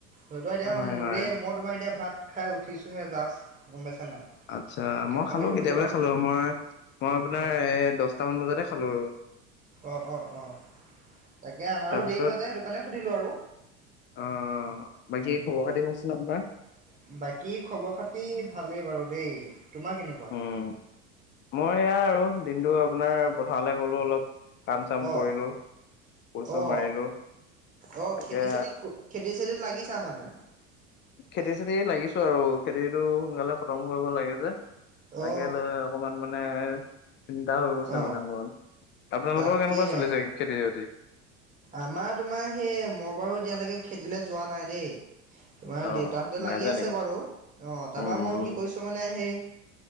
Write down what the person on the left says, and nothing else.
হয়
হয়
আচ্ছা
মই
খালো
কেতিয়াবাই
খালো মই মই আপোনাৰ
এ দছটামান বজাতে খালো
তাৰপিছত
অ বাকী
খবৰ
খাতি কওকচোন আপোনাৰ?
উম মই এয়া আৰু দিনটো আপোনাৰ পথাৰলে গলো অলপ কাম চাম
কৰিলো কোৰ চোৰ
মাৰিলো
তাকে
খেতি চেতি লাগিছো আৰু খেতিটো সোনকালে খতম কৰিব লাগে যে
তাকে লৈ অকমান মানে। চিন্তা হৈ গৈছে
মানে মোৰ আপোনালোকৰ
কেনেকুৱা চলিছে খেতি বাতি?
অ
নাই যোৱা
নেকি
উম
উম